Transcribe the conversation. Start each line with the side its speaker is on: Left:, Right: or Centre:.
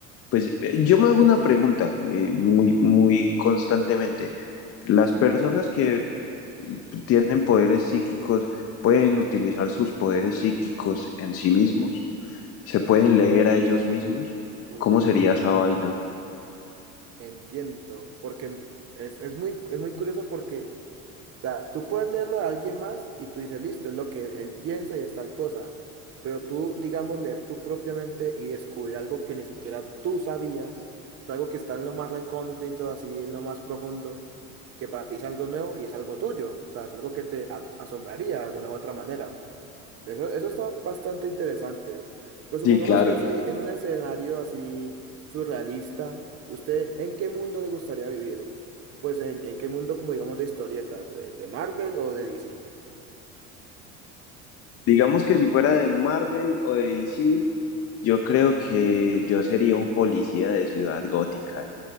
Left: pues eh, yo me hago una pregunta eh, muy, muy constantemente. Las personas que eh, tienen poderes psíquicos pueden utilizar sus poderes psíquicos en sí mismos, se pueden leer a ellos mismos.
Right: Uh,
Left: ¿Cómo
Right: entiendo.
Left: sería esa vaina?
Right: Entiendo, porque es, es muy, es muy curioso porque, o sea, tú puedes leerlo de alguien más y tú dices, listo, es lo que él piensa y es tal cosa, pero tú, digamos, leer tú propiamente y descubrir algo que ni siquiera tú sabías, es algo que está en lo más recóndito, así, en lo más profundo, que para ti es algo nuevo y es algo tuyo, o sea, es algo que te a- asombraría de alguna u otra manera. Eso, eso está bastante interesante. Pues supongamos
Left: Sí, claro.
Right: que así, en un escenario así surrealista, ¿usted en qué mundo le gustaría vivir? Pues en, en qué mundo, como digamos, de historietas, eh, de Marvel o de DC.
Left: Digamos que si fuera de Marvel o de DC, yo creo que yo sería un policía de Ciudad Gótica.